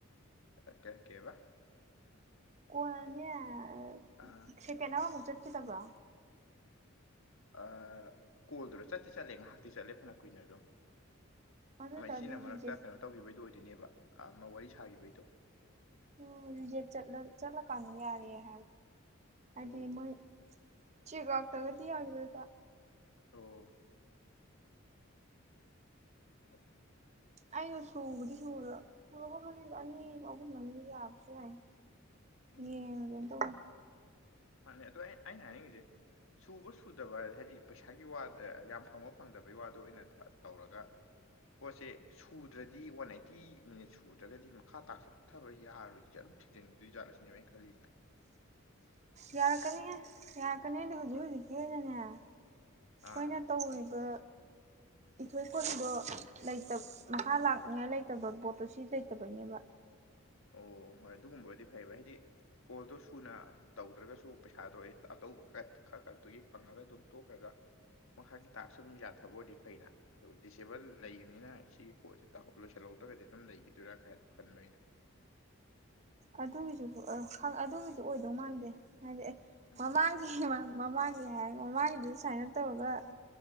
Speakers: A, on the left; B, on the right.
A: ꯑꯥ ꯀ ꯀꯩꯕ
B: ꯀꯣꯟꯅꯅꯦ ꯑꯥ
A: ꯑꯥ
B: ꯁꯦꯀꯦꯟ ꯑꯃꯃꯨꯛ ꯆꯠꯈꯤꯗꯕ꯭ꯔꯣ
A: ꯑꯥ ꯀꯣꯜꯗꯨꯔ ꯆꯠꯇꯤ ꯆꯠꯂꯦ ꯉꯥꯏꯍꯥꯛꯇꯤ ꯆꯠꯂꯦ ꯐꯅ ꯀꯨꯏꯅ ꯑꯗꯨꯝ
B: ꯑꯗꯨ
A: ꯑꯃ
B: ꯑꯣꯏꯇꯥꯔꯗꯤ
A: ꯏꯆꯦꯅ ꯃꯔꯛꯇ
B: ꯔꯤꯖꯦꯛ
A: ꯀꯩꯅꯣ ꯇꯧꯈꯤꯕꯩꯗꯨ ꯑꯣꯏꯗꯣꯏꯅꯦꯕ ꯑꯃ ꯋꯥꯔꯤ ꯁꯥꯈꯤꯕꯩꯗꯣ
B: ꯑꯣ ꯔꯤꯖꯦꯛ ꯆꯠꯂ ꯆꯠꯂ ꯀꯥꯟꯗ ꯌꯥꯔꯛꯑꯦ ꯍꯥꯏꯗꯤ
A: ꯑꯣ
B: ꯃꯣꯏ ꯆꯦꯛ ꯂꯥꯛꯇ꯭ꯔꯒꯗꯤ ꯌꯥꯒꯤꯔꯣꯢꯕ
A: ꯑꯣ ꯍꯣꯢ
B: ꯑꯩꯁꯨ ꯁꯨꯕꯗꯤ ꯁꯨꯔ ꯁꯨꯔꯒꯨꯝꯅꯤꯗ ꯑꯅꯤ ꯑꯍꯨꯝ ꯑ ꯌꯥꯕꯁꯨ ꯌꯥꯏ
A: ꯎꯝ
B: ꯌꯦꯡꯉꯒꯦꯟ ꯇꯧ
A: ꯃꯥꯅꯦ ꯑꯗꯣ ꯑꯩ ꯑꯩꯅ ꯍꯥꯏꯅꯤꯡꯉꯤꯁꯦ ꯁꯨꯕ ꯁꯨꯗꯕ ꯍꯥꯏꯗꯤ ꯄꯩꯁꯥꯒꯤ ꯋꯥꯗ ꯌꯥꯝ ꯐꯪꯕ ꯐꯪꯗꯕꯩ ꯋꯥꯗꯣ ꯊ ꯑꯣꯏꯅ ꯇꯧꯔꯒ ꯄꯣꯠꯁꯦ ꯁꯨꯗ꯭ꯔꯗꯤ ꯋꯥꯟ ꯑꯥꯏꯠꯇꯤ ꯃꯤꯅꯠꯁ ꯁꯨꯗ꯭ꯔꯒꯗꯤ ꯃꯈꯥ ꯇꯥꯛꯁꯁꯦ ꯂꯧꯊꯕ ꯌꯥꯔꯣꯏꯗꯤ ꯖꯥꯠꯂꯣ ꯊꯤꯡꯖꯟꯒꯤꯗꯣꯢ ꯖꯥꯠꯂ ꯁꯤꯅꯦꯕ ꯑꯩꯟ ꯈꯜꯂꯤꯁꯤꯅ
B: ꯌꯥꯔꯛꯀꯅꯤꯍꯦ ꯌꯥꯔꯛꯀꯅꯤꯗꯤ ꯍꯧꯖꯤꯛ
A: ꯍꯣꯏ
B: ꯍꯧꯖꯤꯛꯀꯤ ꯑꯣꯢꯅꯅꯦ ꯑꯩꯈꯣꯏꯅ
A: ꯑꯥ
B: ꯇꯧꯔꯤꯕ ꯏꯊꯣꯏ ꯀꯨꯟꯗꯣ ꯂꯩ ꯇ ꯃꯈꯥ
A: ꯎꯝ
B: ꯂꯥꯛꯅꯤꯉꯥꯏ ꯂꯩꯇꯕ ꯄꯣꯠꯇꯣ ꯁꯤ ꯂꯩꯇꯕꯩꯅꯦꯕ
A: ꯑꯣ ꯍꯣꯏ ꯑꯗꯨꯒꯨꯝꯕ ꯑꯣꯢꯗꯤ ꯐꯩꯌꯦꯕ ꯍꯥꯏꯗꯤ ꯀꯣꯜꯗꯣ ꯁꯨꯅ ꯇꯧꯗ꯭ꯔꯒꯁꯨ ꯄꯩꯁꯥꯗꯣ ꯑꯩ ꯑꯇꯧꯕ ꯈꯔ ꯈ ꯈꯛꯇꯨꯒꯤ ꯐꯪꯉꯒ ꯑꯗꯨꯝ ꯇꯣꯛꯈ꯭ꯔꯒ ꯃꯈꯥꯒꯤ ꯇꯥꯛꯁꯨ ꯑꯗꯨꯝ ꯌꯥꯊꯕ ꯑꯣꯏꯔꯗꯤ ꯐꯩꯅ ꯑꯗꯨ ꯗꯤꯁꯑꯦꯕꯜ ꯂꯩꯕꯅꯤꯅ ꯁꯤꯒꯤ ꯀꯣꯠꯁꯦ ꯇ ꯂꯣꯏꯁꯤꯜꯂ ꯇ ꯗꯨꯒꯗꯤ ꯑꯗꯨꯝ ꯂꯩꯈꯤꯗꯣꯏꯔꯥ ꯀꯥꯏꯅ ꯈꯟꯕ ꯑꯩꯅ
B: ꯑꯗꯨꯒꯤꯁꯨ ꯑꯦ ꯈ ꯑꯗꯨꯒꯤꯁꯨ ꯑꯣꯏꯗꯧ ꯃꯥꯟꯗꯦ ꯍꯥꯏꯗꯤ ꯑꯦ
A: ꯎꯝ
B: ꯃꯃꯥꯡꯒꯤ ꯃꯃꯥꯡꯒꯤ ꯍꯥꯏ ꯃꯃꯥꯡꯒꯤꯗꯨꯁꯨ ꯁꯨꯃꯥꯏꯅ ꯑ ꯇꯧꯔꯒ